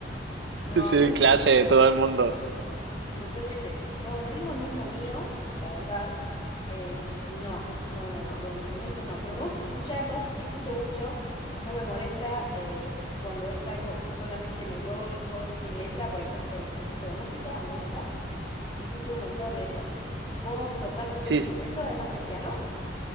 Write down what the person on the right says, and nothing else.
Sí,
en
clase, todo el mundo.
Sí.